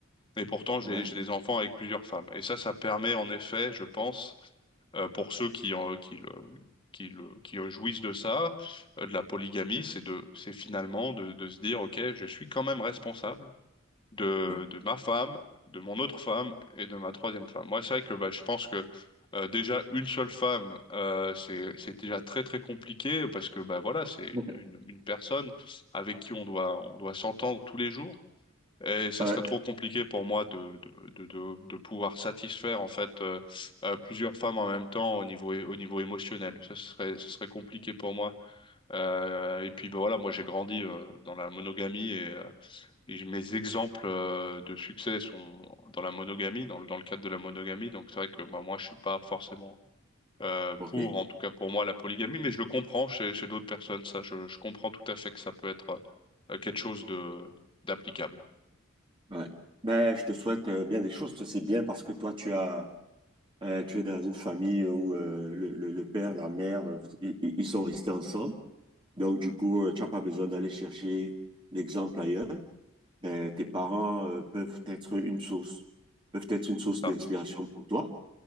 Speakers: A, on the left; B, on the right.
A: et pourtant j'ai,
B: ouais,
A: j'ai des enfants avec plusieurs femmes. Et ça, ça permet en effet, je pense, euh, pour ceux qui, en- qui, le- qui, le- qui jouissent de ça, euh, de la polygamie, c'est de, c'est finalement de, de se dire, OK, je suis quand même responsable de,
B: ouais.
A: de ma femme, de mon autre femme et de ma troisième femme. Moi, c'est vrai que bah, je pense que euh, déjà une seule femme, euh, c'est, c'est déjà très très compliqué parce que bah, voilà, c'est une,
B: <laughs>
A: une, une personne avec qui on doit, on doit s'entendre tous les jours. Et ça
B: Ouais,
A: serait trop compliqué pour moi de, de, de, de, de pouvoir satisfaire en fait euh, euh, plusieurs femmes en même temps au niveau au niveau émotionnel. Ça serait ce serait compliqué pour moi. Euh, et puis ben voilà, moi j'ai grandi euh, dans la monogamie et, euh, et j- mes exemples euh, de succès sont dans la monogamie, dans le dans le cadre de la monogamie. Donc c'est vrai que bah, moi je suis pas forcément euh,
B: ok.
A: pour, en tout cas pour moi, la polygamie, mais je le comprends chez chez d'autres personnes. Ça, je, je comprends tout à fait que ça peut être euh, quelque chose de d'applicable.
B: Ouais. Ben, je te souhaite euh, bien des choses. C'est bien parce que toi, tu as Euh, tu es dans une famille où euh, le, le- le père, la mère, euh, vous- ils, ils sont restés ensemble. Donc, du coup, euh, tu n'as pas besoin d'aller chercher l'exemple ailleurs. Ben, tes parents euh, peuvent être une source, peuvent être une source
A: C'est ça,
B: d'inspiration pour toi.